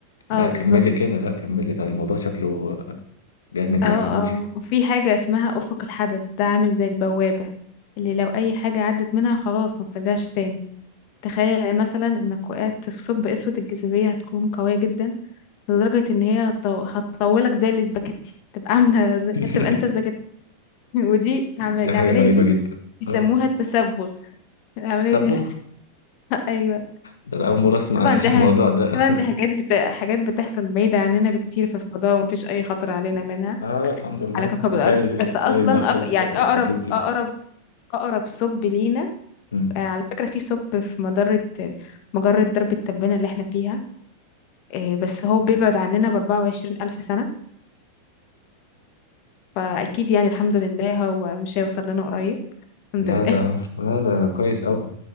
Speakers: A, on the left; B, on the left.
A: لا
B: اه بالظبط
A: كملي كده لا كملي ده الموضوع شكله جامد
B: اه
A: يعني
B: اه
A: قولي
B: وفي حاجة اسمها أفق الحدث ده عامل زي البوابة اللي لو أي حاجة عدت منها خلاص ما بترجعش تاني تخيل مثلا إنك وقعت في ثقب أسود الجاذبية هتكون قوية جدا لدرجة إن هي هتطو- هتطولك زي الاسباجيتي تبقى عاملة زي
A: <laughs>
B: هتبقى أنت اسباجيتي <laughs> ودي عمل...
A: دي
B: العملية
A: حاجة غريبة
B: دي
A: جدا
B: بيسموها
A: اه
B: التسبغ العملية
A: طب
B: دي
A: بص
B: <laughs> أيوه
A: ده أنا أول مرة أسمع
B: طبعا دي
A: <laughs> الموضوع
B: ح-
A: ده
B: طبعا دي حاجات بت... حاجات بتحصل بعيدة عننا بكتير في الفضاء ومفيش أي خطر علينا منها
A: اه الحمد لله
B: على كوكب
A: تخيل
B: الأرض بس أصلا
A: تلاقي نفسك
B: أق... يعني أقرب
A: سباكيتي
B: أقرب أقرب ثقب لينا
A: <laughs> مم.
B: آه، على فكرة في ثقب في مجرة مجرة درب التبانة اللي احنا فيها آه، بس هو بيبعد عننا بأربعة وعشرين ألف سنة فأكيد يعني الحمد لله هو مش هيوصل لنا قريب الحمد
A: لا
B: لله
A: ده لا ده, ده كويس أوي